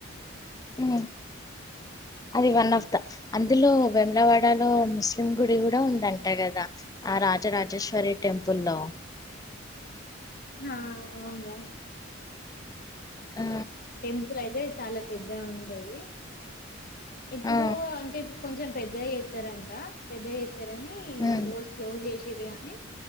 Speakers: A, on the left; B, on the left.
A: ఉ అది వన్ ఆఫ్ దా అందులో వేమలవాడలో ముస్లిం గుడి కూడా ఉందంట కదా ఆ రాజరాజేశ్వరి టెంపుల్ లో
B: హ ఆ వుందా
A: ఉ
B: టెంపుల్ అయితే చాలా పెద్ద ఉంటది ఇప్పుడు
A: ఆ
B: అంటే ఇప్ కొంచెం పెద్దగా చేస్తారంట పెద్దగా చేశారని
A: ఉమ్
B: డోర్స్ క్లోజ్ చేసిర్రు గాని